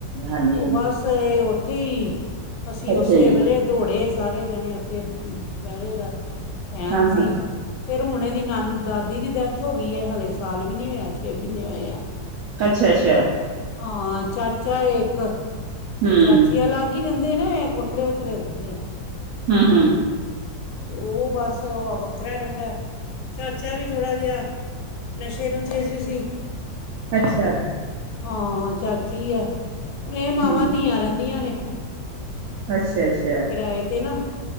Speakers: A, on the right; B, on the left.
A: ਹਾਂਜੀ-ਹਾਂਜੀ,
B: ਉਹ ਬਸ ਐ ਉੱਥੇ ਹੀ, ਅਸੀਂ
A: ਅੱਛਾ
B: ਉਸੇ
A: ਜੀ
B: ਵੇਲੇ ਦੌੜੇ ਸਾਰੇ ਜਣੇ ਉੱਥੇ, ਦੁਪਹਿਰੇ ਦਾ ਟਾਈਮ
A: ਹਾਂ-ਹਾਂ,
B: ਸੀ ਫਿਰ ਹੁਣ ਇਹਦੀ ਦਾਦੀ ਦੀ ਡੈਥ ਹੋ ਗਈ ਹੈ, ਹਾਲੇ ਸਾਲ ਵੀ ਨਹੀਂ ਹੋਇਆ, ਛੇ ਮਹੀਨੇ ਹੋਏ ਆ।
A: ਅੱਛਾ-ਅੱਛਾ,
B: ਹਾਂ ਚਾਚਾ ਹੈ ਇੱਕ,
A: ਹੂੰ,
B: ਤੇ ਚਾਚੀ ਅਲੱਗ ਇਕ ਹੀ ਰਿੰਦੇ ਨੇ, ਵੱਖਰੇ ਵੱਖਰੇ ਰਿੰਹਦੇ ਐ।
A: ਹੂ ਹੂ
B: ਤੇ ਉਹ ਬਸ ਉਹ ਵੱਖਰਾ ਰਹਿੰਦਾ, ਚਾਚਾ ਵੀ ਥੋੜ੍ਹਾ ਜਿਹਾ ਨਸ਼ੇ ਨੂੰਸ਼ੇ ਚੇ ਸੀ।
A: ਅੱਛਾ,
B: ਹਾਂ ਚਾਚੀ ਐ, ਹੁਣ ਇਹ ਮਾਵਾਂ
A: ਹੂੰ,
B: -ਧੀਆਂ ਰਹਿੰਦੀਆਂ ਨੇ।
A: ਅੱਛਿਆ ਜੀ।
B: ਕਿਰਾਏ 'ਤੇ ਨਾ,